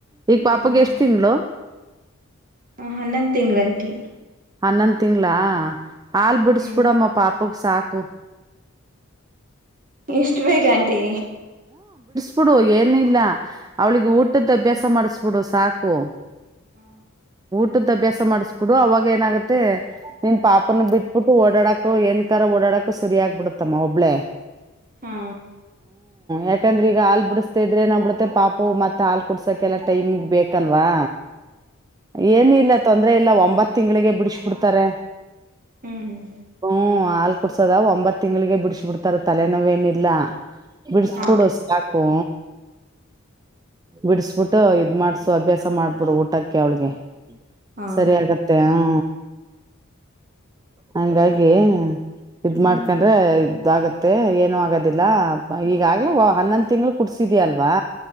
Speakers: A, on the right; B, on the right.
A: ಈ ಪಾಪುಗೆ
B: ಹ್ಮ್
A: ಎಷ್ಟ್ ತಿಂಗಳು
B: ಹ ಹನ್ನೊಂದು ತಿಂಗಳಂಟಿ
A: ಹನ್ನೊಂದ್ ತಿಂಗಳಾ ಹಾಲ್ ಬಿಡಸ್ಬಿಡಮ್ಮ
B: ಹ್ಮ್
A: ಪಾ ಪುಗ್ ಸಾಕು
B: ಇಷ್ಟ್ ಬೇಗ್ ಆಂಟಿ
A: ಬುಡು ಏನ್ ಇಲ್ಲ ಅವಳಿಗೆ ಊಟದ್ದ ಅಭ್ಯಾಸ ಮಾಡಿಸ ಬಿಡು ಸಾಕು
B: ಹ್ಮ
A: ಟ್ಟದ್ ಅಭ್ಯಾಸ ಮಾಡಿಸ್ಬಿಡು ಅವಾಗ ಏನಾಗುತ್ತೆ ನಿನ್ ಪಾಪನ ಬಿಟ್ಬಿಟ್ಟು ಓಡಾಡಕ್ ತುಏನ್ ಕರ ಓಡಾಡಕು ಸರಿ ಆಗ್ಬಿಡುತ್ತಮ್ಮ ಒಬ್ಳೇ
B: ಹಾ
A: ಯಾಕಂದ್ರೆ ಈಗ ಹಾಲ್ ಬಿಡಿಸ್ದ ಇದ್ರೆ ನಾ ಬಿಡುತ್ತೆ ಪಾಪು ಮತ್ತ್ ಹಾಲ್ ಕುಡ್ಸಕ್ಕೆಲ್ಲ ಟೈಮ್ ಬೇಕಲ್ವಾ ಏನಿಲ್ ಲ್ಲ ತೊಂದ್ರರೆ ಇಲ್ಲ ಒಂಬತ್ತು ತಿಂಗಳಿಗೆ ಬಿಡಿಸಿ ಬಿಡ್ತಾರೆ
B: ಹ್ಮ್ ಹ್ಮ್
A: ಹ್ಮ್ ಹಾಲ್ ಕುಡ್ಸದ ಒಂಬತ್ ತಿಂಗಳಿಗೆ ಬಿಡಿಸಿ ಬಿಡ್ತಾರ ತಲೆನೋವೇನಿಲ್ಲಾ ಬಿಡ್ಸ್ಬಿಡು
B: ಹಾ
A: ಸಾಕ್ ಹೂ ಬಿಡಿಸಬಿಟ್ಟು ಇದ್ ಮಾಡ್ಸು ಅಭ್ಯಾಸ ಮಾಡ್ಬಿಡು ಊಟಕ್ಕೆ ಅವಳಿಗೆ
B: ಹಾ
A: ಸರಿ ಆಗತ್ತೆ ಹ್ಮ ಹಂಗಾಗಿ ಆಗಿ ಇದ್ ಮಾಡ್ಕೊಂಡ್ರೆ ಅ ಆಗತ್ತೆ ಏನು ಆಗೋದಿಲ್ಲ ಈಗಾಗ್ಲೇ ಹನ್ನೊಂದ್ ತಿಂಗ್ಗಳು ಕುಡ್ಸಿದ್ಯಾಲ್ವಾ